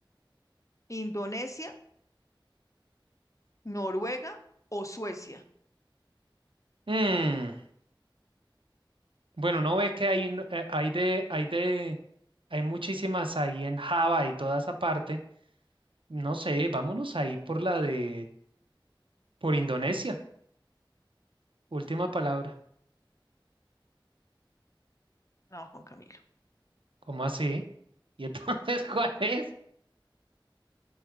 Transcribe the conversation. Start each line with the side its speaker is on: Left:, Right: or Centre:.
Left: ¿Indonesia, Noruega o Suecia?
Right: Mm, Bueno, uno ve que hay, un- eh, hay de, hay de, hay muchísimas ahí en Java y toda esa parte. No sé, vámonos ahí por la de, por Indonesia. Última palabra.
Left: No, Juan Camilo.
Right: ¿Cómo así? ¿Y entonces <laughs> cuál
Left: no.
Right: es?